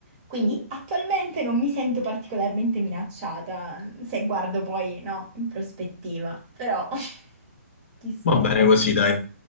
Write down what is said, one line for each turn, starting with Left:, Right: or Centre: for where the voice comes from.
Right: Quindi attualmente non mi sento particolarmente minacciata, se guardo poi, no, in prospettiva, però <laughs> chissà.
Left: Va bene così, dai.